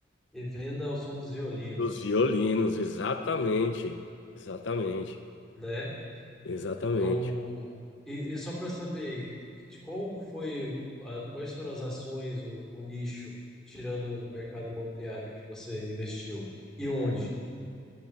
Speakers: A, in the centre; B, on the left (about 75°).
A: e venda ao som dos violinos.
B: Dos violinos, exatamente. Exatamente.
A: né?
B: Exatamente.
A: Eu, e, e só para saber de qual foi a- quais foram as ações, o, o nicho, tirando o mercado imobiliário que você investiu e onde?